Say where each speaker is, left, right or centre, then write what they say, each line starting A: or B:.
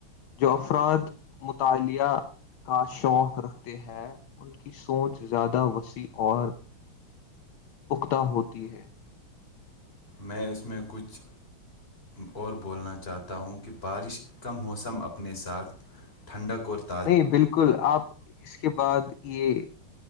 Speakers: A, on the left; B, on the left.
A: جو افراد مطالعہ کا شوق رکھتے ہیں ان کی سوچ زیادہ وسیع اور اکتا ہوتی ہے
B: میں اس میں کچھ اور بولنا چاہتا ہوں کہ بارش کا موسم اپنے ساتھ ٹھڈ کرورتے
A: نہیں بالکل آپ اس کے بعد یہ